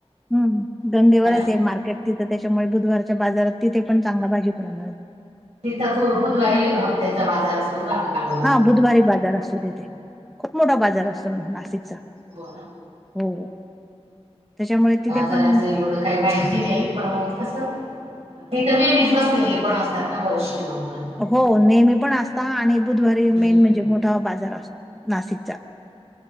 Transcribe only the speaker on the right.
है ना
तिथ हो बुधवारी हफ्त्याचा बाजार असतो तु घालून आले
अच्छा.
हो ना.
बाजाराच
एवढं काही माहिती नाही कस तिथे लेडीज बसलेले पण असतात ना बरेचसे लोक
हम्म.